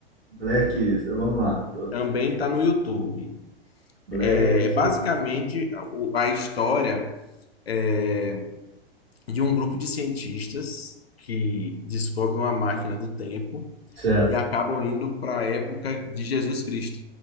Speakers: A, on the right; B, on the left.
A: Blacklist, vamos lá.
B: Também está no YouTube.
A: Black.
B: É é basicamente a o- a história é, de um grupo de cientistas que descobrem uma máquina do tempo
A: Certo.
B: e acabam indo para a época de Jesus Cristo.